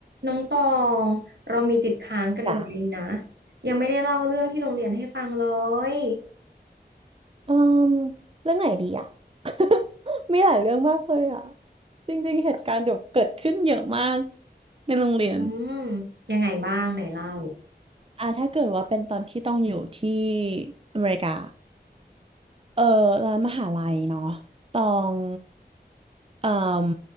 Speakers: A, on the right; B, on the right.
A: น้องตองเรามีติดค้างกันไว้นะ
B: จ้ะ
A: ยังไม่ได้เล่าเรื่องที่โรงเรียนให้ฟังเลย
B: เอ่มเรื่องไหนดีอ่ะ <laughs> มีหลายเรื่องมากเลยอ่ะจริงๆเหตุการณ์เดี๋ยวเกิดขึ้นเยอะมากในโรงเรียน
A: อืมยังไงบ้างไหนเล่า
B: อ่าถ้าเกิดว่าเป็นตอนที่ต้องอยู่ที่อเมริกาเออร้านมหาลัยเนาะตองเอ่ม